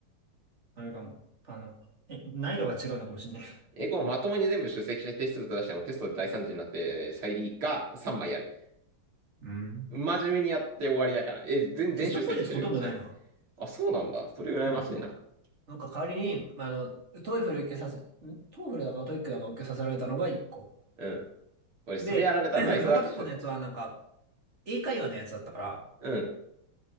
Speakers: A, on the right (about 30°); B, on the right (about 70°).
A: あれかも、あの、え、難易度が違うのかもしれない。
B: 英語をまともに全部出席してテスト出してもテストで大惨事になって再利が3枚ある。
A: うん。
B: 真面目にやって終わりだから。え、全、全出席してるよ、
A: テストっぽいやつほとんどないな。
B: ちなみに。あ、そうなんだ。それ羨ましいな。
A: うん。なんか代わりに、まあの、トイフル受けさせ、んトイフルだかトイックだか受けさせられたのが1個。
B: うん。俺、それやられたらダイス学習。
A: で、<clears throat> もう片っぽのやつはなんか、英会話のやつだったから、
B: うん。